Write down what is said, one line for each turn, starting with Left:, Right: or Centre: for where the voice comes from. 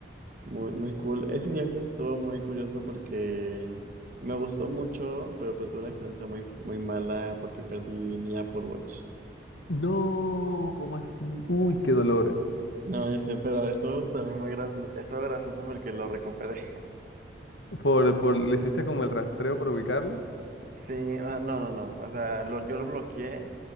Right: muy, muy cool. Ese viaje estuvo muy curioso porque me gustó mucho, pero pues fue una experiencia muy, muy mala porque perdí mi Apple Watch.
Left: No, ¿cómo así? Uy, qué dolor.
Right: No, yo sé, pero estuvo también muy gracioso, estuvo gracioso porque lo recuperé.
Left: Por, por, le hiciste como el rastreo para ubicarlo,
Right: Sí, o sea, no, no, no. O sea, lo, yo lo bloqueé